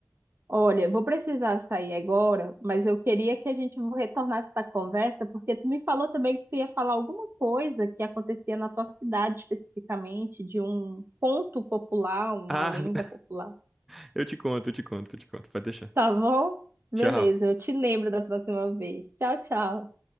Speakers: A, on the right; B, in the centre.
A: Olha, eu vou precisar sair agora, mas eu queria que a gente retornasse essa conversa, porque tu me falou também que tu ia falar alguma coisa que acontecia na tua cidade especificamente, de um conto popular, uma
B: Ah,
A: lenda popular.
B: <laughs> eu te conto, eu te conto, eu te conto. Pode deixar.
A: Tá bom? Beleza,
B: Tchau.
A: eu te lembro da próxima vez. Tchau, tchau.